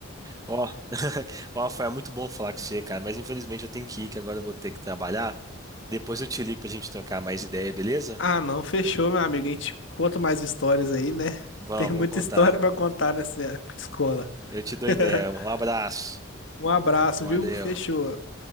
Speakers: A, on the right; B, on the left.
A: Ó, <laughs> ó, foi muito bom falar com você, cara. Mas infelizmente eu tenho que ir, que agora eu vou ter que trabalhar. Depois eu te ligo pra gente trocar mais ideia, beleza?
B: Ah, não, fechou, meu amigo. A gente conta mais histórias aí, né?
A: Vamos,
B: Tem muita
A: vamos contar.
B: história pra contar nessa época de escola.
A: Eu te dou
B: <laughs>
A: ideia. Um abraço.
B: Um abraço,
A: Valeu.
B: viu? Fechou.